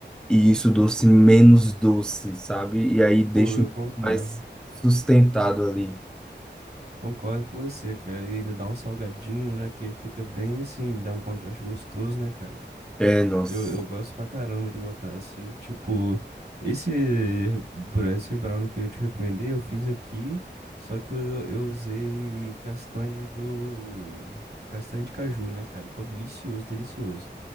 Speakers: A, in the centre; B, on the right.
A: E isso, o doce menos doce, sabe? E aí deixa
B: Pô, eu
A: o
B: concordo.
A: mais sustentado ali.
B: Concordo com você, cara. E ainda dá um salgadinho, né? Que fica bem assim, dá um contraste gostoso, né, cara?
A: É, nossa.
B: Eu, eu gosto pra caramba de botar assim, tipo, esse, bra- esse brownie que eu te recomendei, eu fiz aqui, só que eu, eu usei castanha do. Castanha de caju, né, cara? Ficou delicioso, delicioso.